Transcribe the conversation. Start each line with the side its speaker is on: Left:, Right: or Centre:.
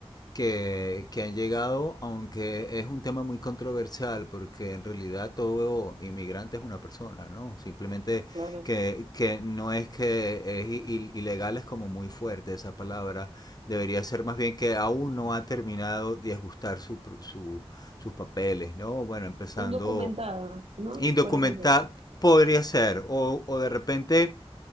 Left: que, que han llegado, aunque es un tema muy controversial, porque en realidad todo inmigrante es una persona, ¿no? Simplemente
Right: claro,
Left: que, que no es que es i- i- ilegal, es como muy fuerte esa palabra. Debería ser más bien que aún no ha terminado de ajustar su, pr- su- sus papeles, ¿no? Bueno, empezando
Right: indocumentadas, ¿no?
Left: indocumentado,
Right: Por así decirlo.
Left: podría ser, o, o de repente